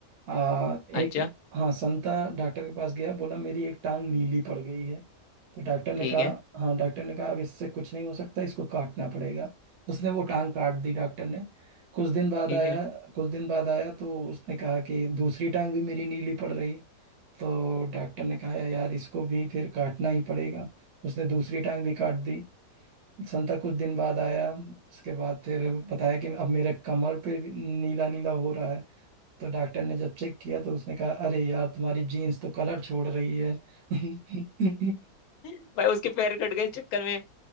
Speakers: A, on the right; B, on the left.
A: आ, एक
B: अच्छा
A: हाँ संता डॉक्टर के पास गया बोला मेरी एक टांग नीली पड़ गई है तो डॉक्टर ने
B: ठीक
A: कहा
B: है
A: हाँ डॉक्टर ने कहा अब इससे कुछ नहीं हो सकता इसको काटना पड़ेगा उसने वो टांग काट दी डॉक्टर ने कुछ दिन बाद
B: ठीक
A: आया
B: है
A: कुछ दिन बाद आया तो उसने कहा कि दूसरी टांग भी मेरी नीली पड़ रही है तो डॉक्टर ने कहा यार इसको भी फिर काटना ही पड़ेगा उसने दूसरी टांग भी काट दी संता कुछ दिन बाद आया उसके बाद फिर बताया कि अब मेरे कमर पे नीला नीला हो रहा है तो डॉक्टर ने जब चेक किया तो उसने कहा अरे यार तुम्हारी जीन्स तो कलर छोड़ रही है <laughs>
B: <laughs> भाई उसके पैर कट गए इस चक्कर में